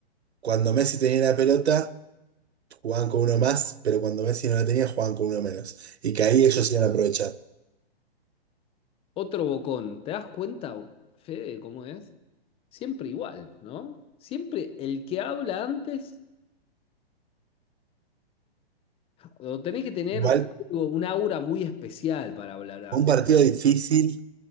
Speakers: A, on the right (about 85°); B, on the left (about 15°).
A: cuando Messi tenía la pelota, jugaban con uno más, pero cuando Messi no la tenía, jugaban con uno menos. Y que ahí ellos iban a aprovechar.
B: Otro bocón, ¿te das cuenta, Fede, cómo es? Siempre igual, ¿no? Siempre el que habla antes, o tenés que tener
A: Igual,
B: algo, un aura muy especial para hablar antes.
A: un partido difícil.